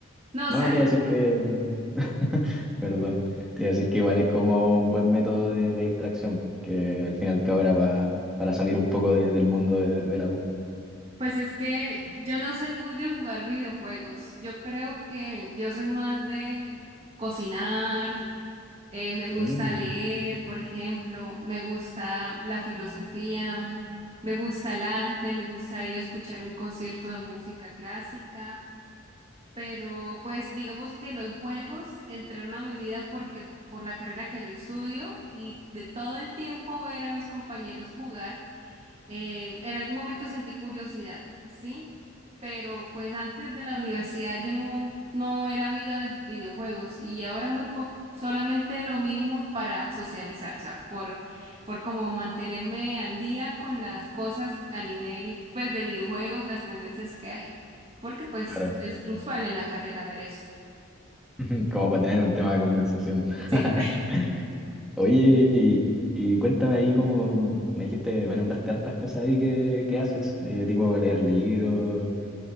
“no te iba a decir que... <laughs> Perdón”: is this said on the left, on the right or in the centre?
Centre